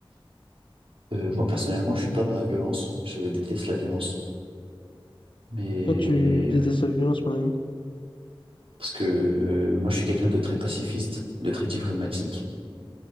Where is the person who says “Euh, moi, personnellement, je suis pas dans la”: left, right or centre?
Right